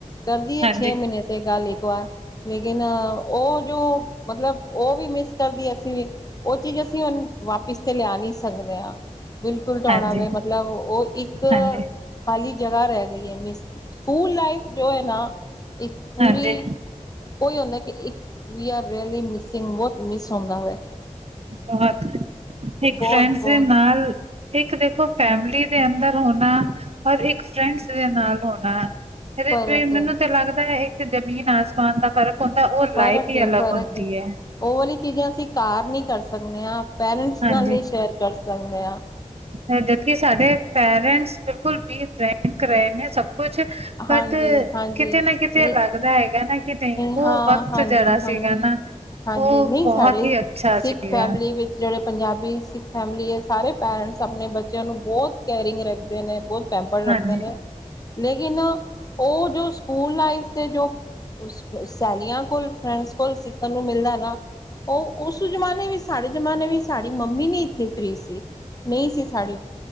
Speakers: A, on the left; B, on the right.
A: ਕਰਦੀ ਐ,
B: ਹਾਂਜੀ,
A: ਛੇ ਮਹੀਨੇ ਤੇ ਗੱਲ ਇੱਕ ਵਾਰ, ਲੇਕਿਨ ਉਹ ਜੋ, ਮਤਲਬ ਉਹ ਵੀ ਮਿਸ ਕਰਦੀ ਅਸੀਂ ਵੀ, ਉਹ ਚੀਜ਼ ਅਸੀਂ ਹੁਣ ਵਾਪਿਸ ਤੇ ਲਿਆ ਨਹੀਂ ਸਕਦੇ ਆਂ ਬਿਲਕੁਲ ਤੁਹਾਡਾ
B: ਹਾਂਜੀ,
A: ਵੈ ਮਤਲਬ, ਉਹ ਇੱਕ
B: ਹਾਂਜੀ,
A: ਖਾਲੀ ਜਗ੍ਹਾ ਰਹਿ ਗਈ ਹੈ ਮਿਸ ਸਕੂਲ ਲਾਈਫ ਜੋ ਹੈ ਨਾ, ਇੱਕ ਪੂਰੀ
B: ਹਾਂਜੀ
A: ਕੋਈ ਹੁੰਦਾ ਕਿ, ਇੱਕ ਆਰ ਰਿਅਲੀ ਮਿਸਿੰਗ ਬ ਮਿਸ ਹੁੰਂਦਾ ਹੋ
B: ਬਹੁਤ, ਇੱਕ
A: ਬਹੁਤ-ਬਹੁਤ
B: ਫਰੈਂਡਸ ਨਾਲ ਇੱਕ ਦੇਖੋ ਫੈਮਿਲੀ ਦੇ ਅੰਦਰ ਹੋਣਾ ਹੋਰ ਇੱਕ ਫਰੈਂਡਸ ਦੇ ਨਾਲ ਹੋਣਾ, ਇਹਦੇ
A: ਫ਼ਰਕ
B: ਏਹੀ ਹੁੰਦਾ,
A: ਹੈ,
B: ਮੈਨੂੰ ਤੇ ਲੱਗਦਾ ਹੈ ਫਿਰ ਜਮੀਨ ਆਸਮਾਨ ਦਾ ਫ਼ਰਕ ਹੁੰਦਾ, ਉਹ
A: ਫ਼ਰਕ
B: ਲਾਈਫ ਹੀ
A: ਹੈ,
B: ਅਲੱਗ
A: ਫ਼ਰਕ
B: ਹੁੰਦੀ ਹੈ
A: ਉਹ ਵਾਲੀ ਚੀਜ਼ਾਂ ਅਸੀਂ ਘਾਰ ਨਹੀਂ ਕਰ ਸਕਨੇ ਆਂ, ਪੇਰੈਂਟਸ
B: ਹਾਂਜੀ
A: ਨਾਲ ਨਹੀਂ ਸ਼ੇਅਰ ਕਰ ਸਕਨੇ ਆਂ
B: ਜਦਕਿ ਸਾਡੇ ਪੇਰੈਂਟਸ ਬਿਲਕੁਲ ਵੀ ਫਰੈਂਕ ਰਹੇ ਨੇ, ਸਭ ਕੁਛ ਬਟ
A: ਹਾਂਜੀ-ਹਾਂਜੀ।
B: ਕਿਤੇ ਨਾ ਕਿਤੇ
A: ਨਹੀਂ,
B: ਲੱਗਦਾ ਹੈਗਾ ਨਾ ਕਿ ਨਹੀਂ, ਉਹ
A: ਹਾਂ,
B: ਵਕਤ
A: ਹਾਂਜੀ-ਹਾਂਜੀ।
B: ਜਿਹੜਾ ਸੀਗਾ ਨਾ
A: ਹਾਂਜੀ
B: ਉਹ
A: ਨਹੀਂ
B: ਬਹੁਤ
A: ਸਾਡੇ
B: ਹੀ ਅੱਛਾ
A: ਸਿੱਖ
B: ਸੀਗਾ
A: ਫੈਮਿਲੀ ਵਿੱਚ ਜਿਹੜੇ ਪੰਜਾਬੀ ਸਿੱਖ ਫੈਮਿਲੀ ਹੈ ਸਾਰੇ ਪੈਰੈਂਟਸ ਆਪਣੇ ਬੱਚਿਆਂ ਨੂੰ ਬਹੁਤ ਕੇਅਰਿੰਗ ਰੱਖਦੇ ਨੇ ਬਹੁਤ ਪੈਂਪਰ ਰੱਖਦੇ
B: ਹਾਂਜੀ
A: ਨੇ ਲੇਕਿਨ ਉਹ ਜੋ ਸਕੂਲ ਲਾਈਫ ਤੇ ਜੋ ਸੈਲੀਆਂ ਕੋਲ ਫਰੈਂਡਸ ਕੋਲ ਸਿੱਖਣ ਨੂੰ ਮਿਲਦਾ ਨਾ ਉਹ ਉਸ ਜਮਾਨੇ ਵਿੱਚ ਸਾਡੇ ਜ਼ਮਾਨੇ ਵਿੱਚ ਸਾਡੀ ਮੰਮੀ ਨੀ ਇਤਨੀ ਫਰੀ ਸੀ। ਨਹੀਂ ਸੀ ਸਾੜੀ